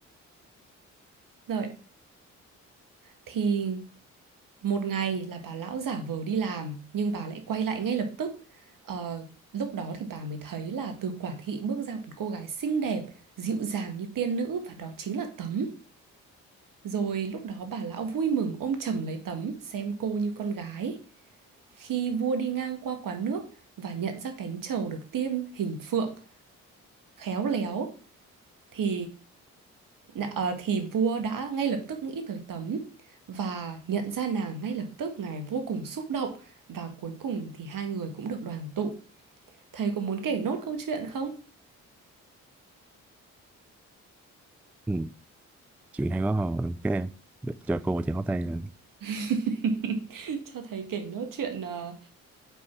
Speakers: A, on the right; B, in the centre.
A: rồi thì một ngày là bà lão giả vờ đi làm nhưng bà lại quay lại ngay lập tức Ờ, lúc đó thì bà mới thấy là từ quả thị bước ra một cô gái xinh đẹp dịu dàng như tiên nữ và đó chính là Tấm rồi lúc đó bà lão vui mừng ôm chầm lấy Tấm xem cô như con gái khi vua đi ngang qua quán nước và nhận ra cánh trầu được tiêm hình phượng khéo léo thì ờ, thì vua đã ngay lập tức nghĩ tới Tấm và nhận ra nàng ngay lập tức ngài vô cùng xúc động và cuối cùng thì hai người cũng được đoàn tụ. Thầy có muốn kể nốt câu chuyện không?
B: Ừ, chuyện hay quá hồi, các em. Để Cho cô chào tay nè.
A: <laughs> Cho thầy kể nốt chuyện ờ,